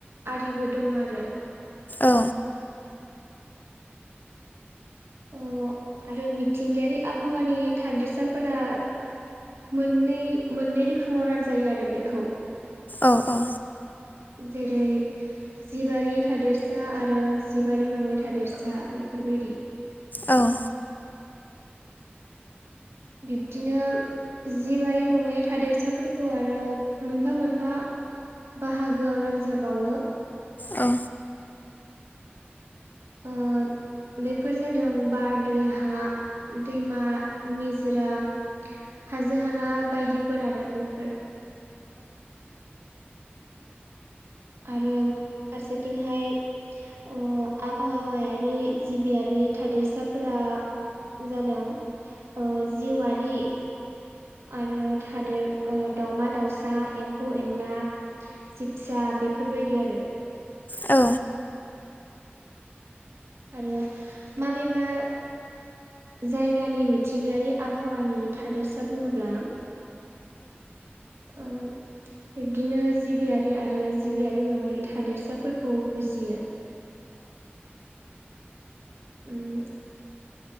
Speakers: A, on the right (about 85°); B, on the left (about 45°).
A: आरिबो दं आरो।
B: औ
A: औ। आरो मिथिंगायारि आबहावानि थादोरसाफोरा मोननै मोननै रोखोमाव रानजायो आरो बेखौ।
B: औ- औ
A: जेरै- जिबारि थादेरसा आरो जिबारि नङै थादेरसा बेफोरबायदि।
B: औ जायगा बेफोरनो
A: बिब्दिनो जिबारि नङै थादेरसाफोरखौ आरो मोनफा-मोनफा बाहागोआव रानजाबावो।
B: औ।
A: ओ। बेफोर जादों बार, दै, हा, दैमा, निजरा हाजो- हाला बायदिफोर आरो बेफोर। आरो फारसेथिंहाय- अ आबहावायारि जिबियारि थादेरसाफोरा जादों ओ जिउआारि। आरो थादेर दाावमा-दाावसा, एम्फौ-एनला, जिबसा बेफोरबायदि आरो।
B: औ।
A: आरो माबेबा जायगानि मिथिंगायारि आबहावानि थादोरसा बुङोब्ला ओं। बिब्दिनो जिबियारि आरो जिबियारि नङै थादेरसाफोरखौ बुजियो। उम।